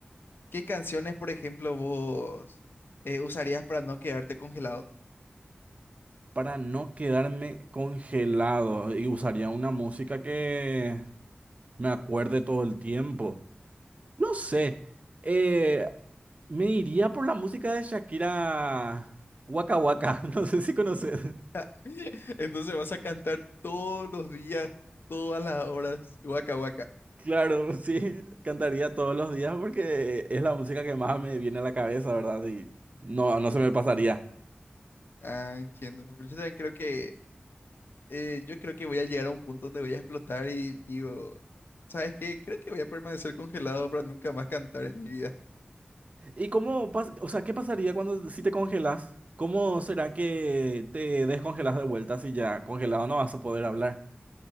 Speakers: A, on the left; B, on the right.
A: ¿qué canciones, por ejemplo, vos eh, usarías para no quedarte congelado?
B: Para no quedarme congelado y usaría una música que me acuerde todo el tiempo. No sé. eh, Me iría por la música de Shakira Waka Waka, <laughs> no sé si conoces.
A: <laughs> Entonces vas a cantar todos los días, todas las horas, guaca guaca.
B: Claro, sí, cantaría todos los días porque es la música que más me viene a la cabeza, ¿verdad? Y no, no se me pasaría.
A: Ah, entiendo. Pero yo también creo que, eh, yo creo que voy a llegar a un punto donde voy a explotar y digo, ¿sabes qué? Creo que voy a permanecer congelado para nunca más cantar en mi vida.
B: ¿Y cómo pas- o sea, qué pasaría cuando si te congelas? ¿Cómo será que te descongelas de vuelta si ya congelado no vas a poder hablar?